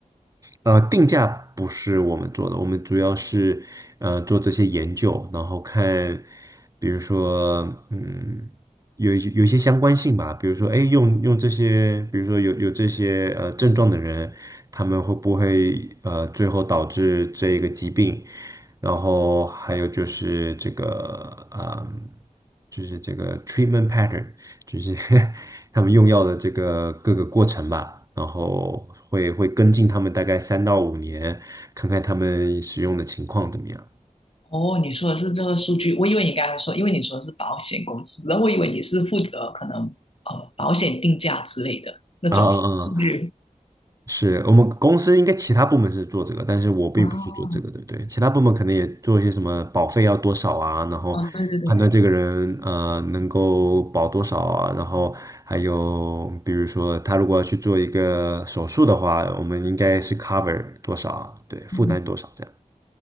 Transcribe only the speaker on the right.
呃，定价不是我们做的，我们主要是呃做这些研究，然后看，比如说，嗯，有一些有一些相关性吧，比如说，哎，用用这些，比如说有有这些呃症状的人，他们会不会呃最后导致这一个疾病？然后还有就是这个，嗯，就是这个 treatment pattern。就是 <laughs> 他们用药的这个各个过程吧，然后会会跟进他们大概三到五年，看看他们使用的情况怎么样。
啊啊啊！是我们公司应该其他部门是做这个，但是我并不是做这个，
对不对？其他部门可能也做一些什么保费要多少啊，然后判断这个人呃能够保多少啊，
然后还有比如说他如果要去做一个手术的话，我们应该是 cover 多少啊，对，负担多少这样。